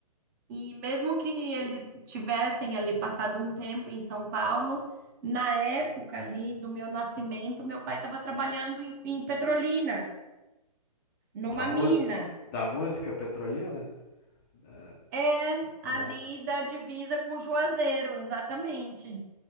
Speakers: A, on the right; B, on the left.
A: e mesmo que eles tivessem ali passado um tempo em São Paulo, na época ali do meu nascimento, meu pai estava trabalhando em, em Petrolina, numa
B: da, mu
A: mina.
B: da música petrolina? É,
A: É ali
B: não.
A: da divisa com Juazeiro, exatamente.